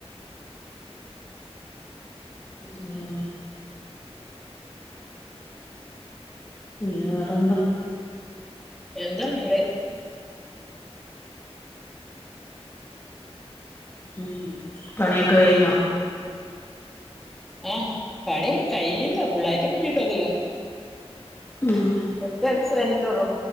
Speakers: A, on the left; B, in the centre.
A: ഉം പിന്ന വേറെന്താ
B: <unintelligible>
A: ഉം പണിയൊക്കെ കയ്ഞ്ഞോ
B: ഏ പണി കഴിയില്ല ഫുള്ളായിട്ട് കഴിഞ്ഞിട്ടൊന്നുല്ല
A: ഉം
B: മുറ്റം അടിച്ചു വാരീട്ടൊള്ളൂ